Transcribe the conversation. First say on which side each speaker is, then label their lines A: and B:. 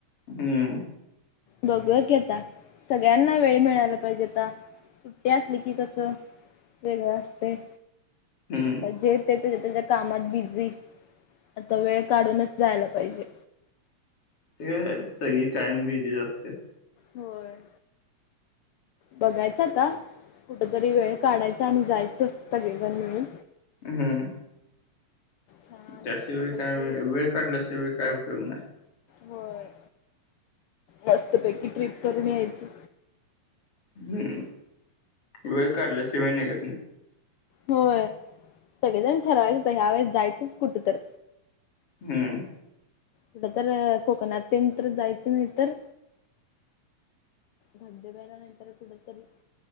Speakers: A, on the left; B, on the left.
A: हम्म.
B: बघूया की आता सगळ्यांना वेळ मिळायला पाहिजे आता. सुट्टी असली की कसं वेगळं असतयं.
A: हम्म.
B: जे ते त्याच्या त्याज्या कामात बिझी आता वेळ काढूनच जायला पाहिजे.
A: हे अ सगळी कायम बिजीच असत्यात.
B: होय. बघायचं आता कुठतरी वेळ काढायचा आणि जायचं सगळीजण मिळून.
A: हम्म.
B: छान
A: त्याशिवाय
B: मस्तपैकी
A: काय वे वेळ काढल्याशिवाय काय उपयोग नाही.
B: होय मस्तपैकी ट्रिप करून यायचं.
A: हम्म वेळ काढल्या शिवाय निघत नाय.
B: होय सगळीजण ठरवायचं आता ह्यावेळेस जायचंच कुठं तर.
A: हम्म.
B: कुठं तर कोकणात तेन तर जायचं नाही तर धबधब्याला नाही तर कुठ तरी